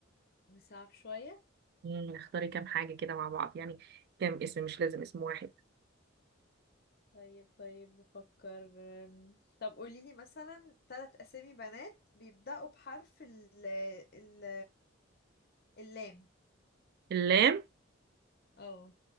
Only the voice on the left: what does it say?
نصعب شوية
طيب طيب بفكر أم، طب قولي لي مثلا ثلاث أسامي بنات بيبدأوا بحرف ال ال اللام
اه